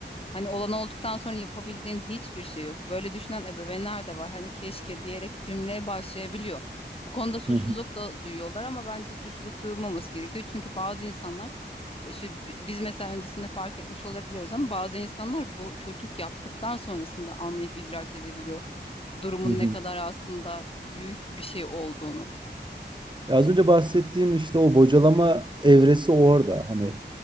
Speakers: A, on the left (about 30°); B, on the right (about 25°).
A: hani olan olduktan sonra yapabildiğin hiçbir şey yok. Böyle düşünen ebeveynler de var. Hani keşke diyerek cümleye başlayabiliyor. Bu konuda suçluluk
B: Hı hı,
A: da duyuyorlar ama bence suçluluk duyulmaması gerekiyor. Çünkü bazı insanlar şu bi- biz mesela öncesinde fark etmiş olabiliyoruz ama bazı insanlar bu çocuk yaptıktan sonrasında anlayıp idrak edebiliyor durumun
B: hı hı.
A: ne kadar aslında büyük bir şey olduğunu.
B: Ya az önce bahsettiğim işte o bocalama evresi orada. Hani